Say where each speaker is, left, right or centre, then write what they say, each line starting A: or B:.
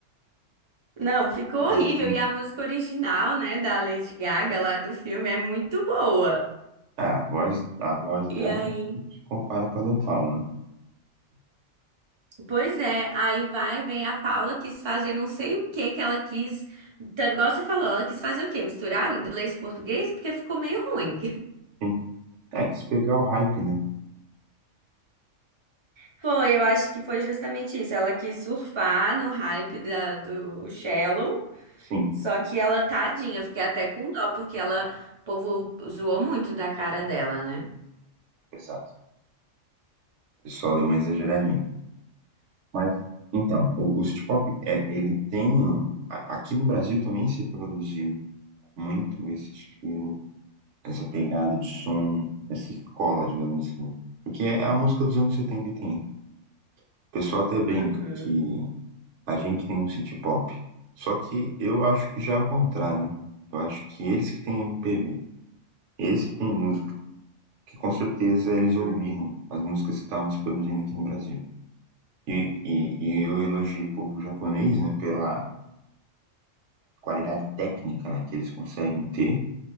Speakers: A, on the right; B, on the right.
A: <laughs> Não, ficou horrível.
B: Piada. assim.
A: E a música original, né, da Lady Gaga lá do filme é muito boa.
B: É, a voz, a voz
A: E
B: dela
A: aí,
B: se compara com a da Paula, né?
A: pois é, aí vai, vem a Paula, quis fazer não sei o que que ela quis, tá, igual você falou, ela quis fazer o quê? Misturar o inglês e o português? Porque ficou meio ruim.
B: Sim. É, quis pegar o hype, né?
A: Foi, eu acho que foi justamente isso. Ela quis surfar no hype da- do Shallow,
B: Sim,
A: só que ela, tadinha, fiquei até com dó, porque ela, o povo zoou muito da cara dela, né?
B: exato. O pessoal deu uma exageradinha. Mas, então, o, o City Pop, é, ele tem. um, a- Aqui no Brasil também se produziu muito esse estilo, essa pegada de som, essa escola, digamos assim. né? Porque é a música dos anos 70 e tem. O pessoal até brinca
A: Uhum,
B: que a gente tem um City Pop. Só que eu acho que já é o contrário, né? Eu acho que eles que têm MPB, eles que têm música, que com certeza eles ouviram
A: uhum,
B: as músicas que estavam se produzindo aqui no Brasil. E, e, e eu elogiei o povo japonês, né, pela qualidade técnica né, que eles conseguem ter